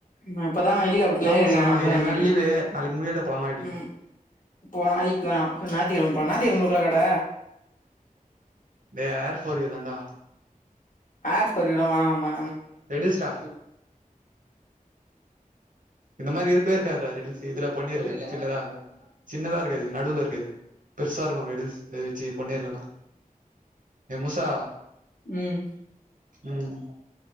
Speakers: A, on the left (about 65°); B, on the right (about 65°).
A: நா இப்பதா ஹெலிகாப்டர்ல
B: ஆமா
A: ஏறிருக்கே
B: சார் நாளைக்கு
A: வந்துருவே
B: ரெண்டு நாள்
A: வீட்டுக்கு
B: லீவு நாளைக்கு முடி வெட்ட போலாமா எப்டி
A: ம் இப்போ நாளைக்கு வேணா ஞாயித்துக்கெழம போலா ஞாயித்துக்கெழம இருக்குல்ல கட
B: டேய் ஏ ர் ஃபோர்யு தாண்டா
A: ஏர் ஃபோர் யூ லா வாங்ளாமா
B: ரெய்டில்ஸ் டா இந்த மாரி இருக்கவே இருக்காதுடா ரெடில்சு இதுல பண்ணிரலா சின்னதா சின்னதா இருக்காது நடுவுல இருக்கது பெருசா இருக்கு ரிட்டில்ஸ் ஏ ச்சு பொண்ணே இல்லனா ஏ மூசா
A: ம்
B: ம்